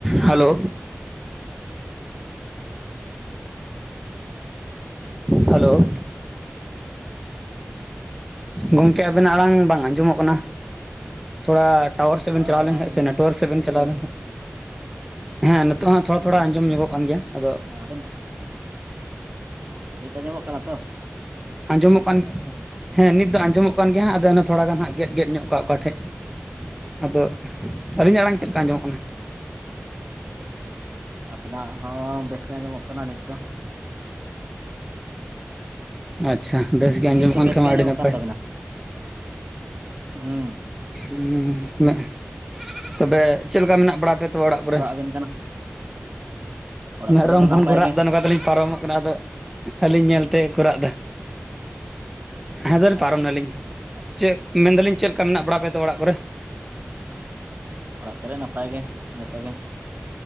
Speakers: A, in the centre; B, on the right.
A: Hello. Hello ᱜᱚᱝᱠᱮ ᱟᱵᱮᱱᱟᱜ ᱟᱲᱟᱝ ᱵᱟᱝ ᱟᱸᱡᱚᱢᱚᱜ ᱠᱟᱱᱟ ᱛᱷᱚᱲᱟ ᱴᱟᱣᱟᱨ ᱥᱮᱫ
B: ᱦᱳᱭ
A: ᱵᱮᱱ ᱪᱟᱞᱟᱣ ᱞᱮᱱᱠᱟᱱ
B: ᱟᱸᱡᱚᱢᱚᱜ
A: ᱥᱮ ᱱᱮᱴ ᱾ ᱴᱳᱨ ᱥᱮᱵᱮᱱ ᱪᱟᱞᱟᱣ ᱞᱮᱱᱠᱷᱟᱱ ᱦᱮᱸ ᱱᱤᱛᱚᱜ ᱦᱚ ᱛᱷᱚᱲᱟ ᱛᱷᱚᱲᱟ ᱟᱸᱡᱚᱢ ᱧᱚᱜᱚᱜ ᱠᱟᱱ ᱜᱮᱭᱟ ᱾ ᱟᱫᱚᱼᱼ
B: ᱟᱵᱮᱱ ᱱᱤᱛᱚᱜ ᱧᱟᱢᱚᱜ ᱠᱟᱱᱟ ᱛᱚ?
A: ᱟᱸᱡᱚᱢᱚᱜ ᱠᱟᱱ ᱾ ᱦᱮᱸ ᱱᱤᱛ ᱫᱚ ᱟᱸᱡᱚᱢᱚᱜ ᱠᱟᱱ ᱜᱮᱭᱟ ᱦᱟᱸᱜ ᱟᱫᱚ ᱛᱷᱚᱲᱟ ᱜᱟᱱ ᱦᱜ ᱜᱮᱫ ᱜᱮᱫ ᱧᱚᱜ ᱠᱟᱜ-ᱟ ᱚᱠᱟᱴᱷᱮᱡ᱾ ᱟᱫᱚ ᱟᱹᱞᱤᱧᱟᱜ ᱟᱲᱟᱝ ᱪᱮᱫ
B: ᱟᱪᱪᱷᱟ
A: ᱞᱮᱠᱟ ᱟᱸᱡᱚᱢᱚᱜ
B: ᱟᱪᱪᱷᱟ
A: ᱠᱟᱱᱟ?
B: ᱟᱵᱤᱱᱟᱜ ᱦᱚᱸ ᱵᱮᱥ ᱜᱮ ᱟᱸᱡᱚᱢᱚᱜ ᱠᱟᱱᱟ ᱱᱤᱛ ᱫᱚ ᱾
A: ᱟᱪᱪᱷᱟ ᱵᱮᱥ ᱜᱮ ᱟᱸᱡᱚᱢ
B: ᱱᱤᱛ ᱫᱚ
A: ᱠᱟᱱ
B: ᱵᱮᱥ
A: ᱠᱷᱟᱱ
B: ᱜᱮ
A: ᱢᱟ
B: ᱟᱸᱡᱚᱢᱚᱜ
A: ᱟᱹᱰᱤ ᱱᱟᱯᱟᱭ᱾
B: ᱠᱟᱱ ᱛᱟᱵᱮᱱᱟ ᱦᱩᱸ
A: ᱩᱢ ᱛᱚᱵᱮ ᱪᱮᱫᱠᱟ ᱢᱮᱱᱟᱜ ᱵᱟᱲᱟ ᱯᱮᱭᱟ ᱛᱚ ᱚᱲᱟᱜ ᱠᱚᱨᱮ?
B: ᱮᱱ ᱠᱟᱱᱟ᱾ ᱚᱲᱟᱜ
A: ᱢᱮᱨᱚᱢ
B: ᱠᱚᱨᱮ ᱫᱚ ᱱᱟᱯᱟᱭ
A: ᱵᱚᱱ ᱠᱚ ᱨᱟᱜ
B: ᱜᱮ
A: ᱮ ᱱᱚᱝᱠᱟ ᱛᱮᱞᱤᱧ ᱯᱟᱨᱚᱢᱚᱜ ᱠᱟᱱᱟ ᱟᱫᱚ ᱟᱹᱞᱤᱧ ᱧᱮᱞᱛᱮ ᱠᱚ ᱨᱟᱜ ᱫᱟ ᱦᱮᱸ ᱫᱚ
B: ᱟᱪᱪᱷᱟ
A: ᱯᱟᱨᱚᱢ ᱱᱟᱞᱤᱧ
B: ᱟᱪᱪᱷᱟ ᱟᱪᱪᱷᱟ ᱟᱪᱪᱷᱟ,
A: ᱪᱮᱫ ᱢᱮᱱᱫᱟᱞᱤᱧ ᱪᱮᱫ ᱞᱮᱠᱟ ᱢᱮᱱᱟᱜ ᱵᱟᱲᱟ ᱯᱮᱛᱮ ᱚᱲᱟᱜ ᱠᱚᱨᱮ
B: ᱚᱲᱟᱜ ᱠᱚᱨᱮ ᱱᱟᱯᱟᱭ ᱜᱮ ᱡᱚᱛᱚ ᱜᱮ